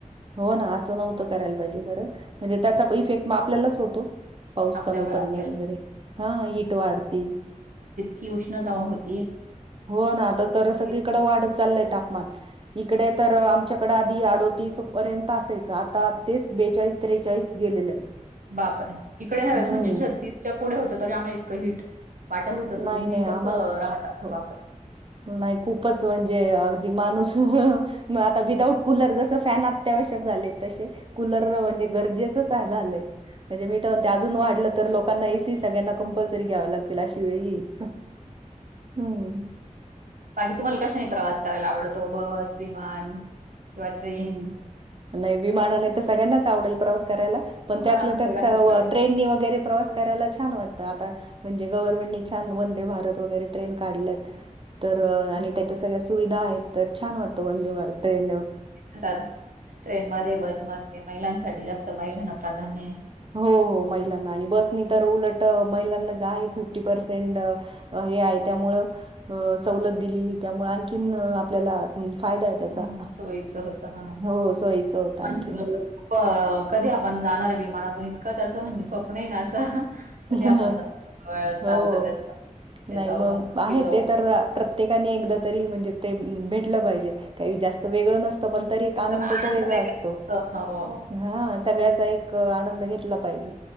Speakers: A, on the right (about 40°); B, on the right (about 80°).
A: हो ना असं नव्हतं करायला पाहिजे खरं म्हणजे त्याचा फेक मग आपल्यालाच होतो. पाऊस
B: आपल्यावर
A: कमी
B: आपल्याला
A: पडणे वगैरे हा हीट वाढती
B: की उष्णता होती.
A: हो ना आता तर सगळीकडें
B: की
A: वाढत चाललय तापमान. इकडे तर आमच्याकडे आधी आडोतीपर्यंत असायचं आता तेच बेचाळीस त्रेचाळीस गेलेलं आहे.
B: बापरे आहे इकडे ह्यावेळेस
A: हम्म.
B: म्हणजे छत्तीसच्या पुढे होत तर यामुळे इतकं हिट वाटत होतं तर
A: नाही
B: तुम्ही
A: नाही
B: कसं
A: आम्हाला
B: राहत असल
A: हो,
B: बापरे.
A: नाही खूपच म्हणजे अगदी माणूस. वह. मग आता विदाउट कुलर जस फॅन अत्यंवश झालेत तशे कुलर म्हणजे गरजेचहं झालंय. मी त म्हणजे
B: अच्छा.
A: अजून वाढलं तर लोकांना एसी सग्यांना कंपल्सरी घ्याव लागतील अशी किंवा येईल हं!
B: बाकी तुम्हाला कशाने प्रवास कराय ला आवडतो बस, विमान. किंवा ट्रेन.
A: हम्म. नाही विमानाने त सगळ्यांनाच आवडेल प्रवास करायला पण त्यात
B: हां, सगळ्यांनाच
A: त्या च व
B: आवडतं.
A: ट्रेननी वगैरे प्रवास करायला छान वाट आता म्हणजे गव्हर्नमेंटने छान वंदे भारत, वगैरे ट्रेन काढल्यात. तर
B: हां,
A: आणि
B: हां.
A: त्याच्या सगळ्या सुविधा आहेत. तर छान वाटत वंदे भारत ट्रेन न.
B: त्यात ट्रेन मध्ये बसमध्ये. महिलांसाठी जास्त महिलांना प्राधान्य हे.
A: हो हो महिलांना आणि बसनी तर उलट महिलांना फिफ्टी पर्सेंट हे आहे त्यामुळ सवलत दिलेली त्यामुळे आणखीन आपल्याला फायदा आहे त्याचा
B: ह सोयीच होत हा
A: हो सोयीचं होतं
B: माझ्या
A: आणखीन
B: मुलाला तर खूप कधी आपण जाणार ये विमानातून इतकं त्याच म्हणजे स्वप्न आहे ना असं. कधी
A: हो
B: आपण जाऊ अ, चालतं त्याचं
A: नाही
B: जाऊ,
A: मंग
B: जाऊ, नक्की
A: आहे
B: जाऊ.
A: ते तर प्रत्येकानि एकदा तरी म्हणजे ते भेटलं पाहिजे त्यावेळी जास्त त वेगंळ नस त पण तरी एक आनंद
B: तर
A: तो वेगळा
B: वेगळाच
A: असतो
B: असतो. हो.
A: ह सगळ्याचा एक आनंद घेतला पाहिजे